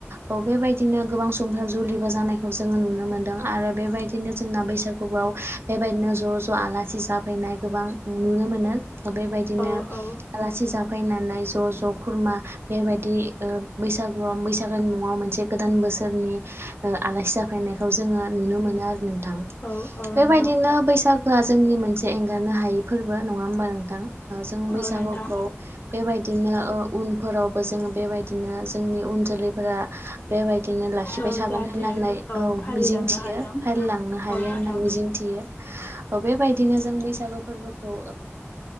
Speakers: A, on the right; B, on the left.
A: औ बेबायदिनो गोबां सुबुंफोर जुलिबो जानायखौ जोङो नुनो मोनदों आरो बेबायदिनो जोंना बैसागुआव बेबायदिनो ज' ज' आलासि जाफैनाय गोबां नुनो मोनो बेबायदिनो
B: औ औ
A: आलासि जाब फैनानै ज' ज' खुरमा बेबायदि बैसागुआव बैसागोनि मुङाव मोनसे गोदान बोसोर बोसोरनि आलासि जाफैनायखौ जोङो नुनो मोनो आरो नोंथां
B: औ औ
A: बेबायदिनो
B: नोंथां
A: बैसागोआ जोंनि मोनसे एंगारनो हायै फोरबो नङा होमबा नोंथां जों बैसागुखौ
B: औ नोंथां
A: बेबायदि बिदिनो उनफोरावबो जोङो बेबायदिनो जोंनि उन जोलैफोरा बेबायदि बिदिनो लाखिबाय
B: औ
A: थागोन
B: जाहाथे
A: होननानै औ
B: फालिलांनो
A: मिजिं थियो
B: हाथों
A: फालि लांनो
B: औ
A: हायो
B: नोंथां
A: होननानै मिजिं थियो बेबायदिनो जों बैसागु फोरबोखौ